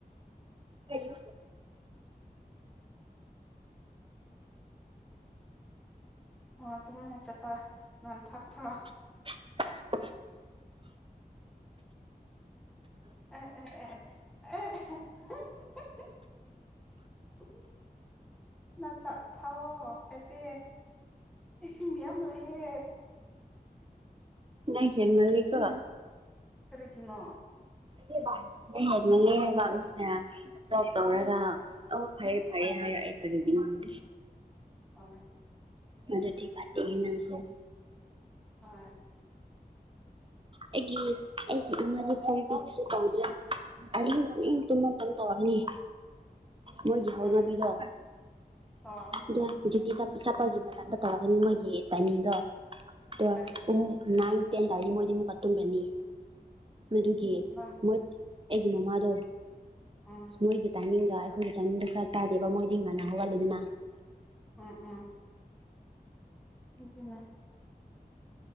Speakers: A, on the right; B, in the centre.
A: ꯍꯣꯏ
B: ꯑꯣ ꯑꯗꯨ ꯅꯥꯏꯟ ꯆꯠꯄ ꯅꯑꯥꯜ ꯊꯥꯛꯈꯔꯣ
A: <unintelligible>
B: ꯑ <unintelligible> ꯅ ꯆ ꯊꯑꯣꯣ ꯀꯔꯤ ꯏꯁꯤꯡ ꯃꯤꯌꯥꯝ ꯂꯩꯌꯦ
A: ꯅꯡ ꯍꯦꯟꯃꯟꯂꯦ ꯀꯣ
B: ꯀꯔꯤꯒꯤꯅꯣ
A: ꯍꯦ ꯃꯜꯝ ꯍꯥꯌꯕ ꯃꯦꯅ <unintelligible> ꯇꯧꯔꯒ ꯑꯣ ꯐꯔꯦ ꯐꯔꯦ ꯍꯥꯏꯔꯛꯑꯦ ꯀꯔꯤꯒꯤꯅꯣꯦ
B: ꯑꯣ
A: ꯃꯔꯗꯤ ꯐꯥꯇꯍꯦ ꯅꯡ ꯁꯨ
B: ꯑꯣꯏ
A: ꯑꯩꯒꯤ ꯑꯩꯒꯤ ꯏꯃꯥꯒꯤ ꯐꯜ ꯄꯤꯛꯁꯨ ꯇꯧꯗ꯭ꯔꯦ ꯑꯅꯤ ꯍꯅꯤ ꯇꯨꯅ ꯇꯧꯔꯒꯅꯤ ꯃꯣꯌꯒꯤ
B: ꯍꯣꯏ
A: ꯍꯧꯅꯕꯤꯗꯣ
B: ꯍꯣꯏ
A: ꯑꯗꯣ ꯗꯦꯎꯇꯦ ꯆꯠꯄꯒꯤ ꯃꯇꯥꯡꯗ ꯇꯧꯔꯛꯒꯅꯤ ꯃꯣꯏꯒꯤ ꯇꯥꯏꯃꯤꯡꯗꯣ ꯑꯗ
B: ꯀꯔꯤ
A: ꯄꯨꯡ ꯅꯥꯏꯟ ꯇꯦꯟ ꯇꯥꯔꯗꯤ ꯃꯣꯏꯗꯤ ꯑꯃꯨꯛꯀꯠꯇꯨꯝꯕꯅꯤ ꯃꯗꯨꯒꯤ
B: ꯅꯪ
A: ꯃꯣꯏ ꯑꯩꯒꯤ ꯃꯃꯥꯗꯣ
B: ꯎꯝ
A: ꯃꯣꯏꯒꯤ ꯇꯥꯏꯃꯤꯡꯒ ꯑꯩꯈꯣꯏꯒꯤ ꯇꯥꯏꯃꯤꯡꯒ ꯈꯔ ꯆꯥꯗꯦꯕ ꯃꯣꯏꯗꯤ ꯉꯥꯟꯅ ꯍꯧꯒꯠꯂꯤꯗꯅ
B: ꯎꯪ ꯎꯪ ꯃꯤꯠꯇꯨꯝ ꯅꯥꯢ